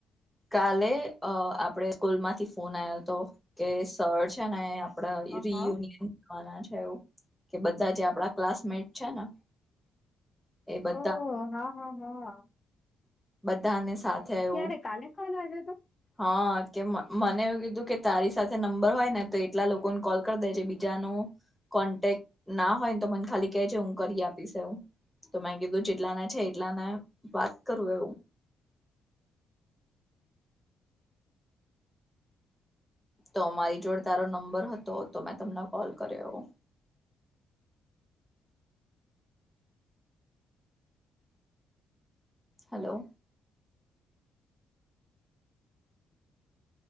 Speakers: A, in the centre; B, on the left.
A: કાલે અ આપડે સ્કૂલમાંથી ફોન આયો હતો કે સર છે ને આપણા
B: હ
A: રિયુનિયન
B: હ
A: થના છે એ કે બધા જે આપણા ક્લાસમેટ છે ને એ બધા
B: ઓહ! હા હા હા.
A: બધા ને સાથે. એવું
B: ક્યારે કાલે કોલ આવ્યો હતો.
A: હા કે મને એવું કીધું કે તારી સાથે નંબર હોય ને તો એટલા લોકોને કોલ. દે બીજા ન કોન્ટેક ના હોય ને તો મને ખાલી કેજ હું કરી આપીશવું. તો મેં કીધું જેટલાના છે એટલાને વાત કરું એવું. તો મારી જોડે તારો નંબર હતો તો મેં તમને કોલ કર્યો. Hello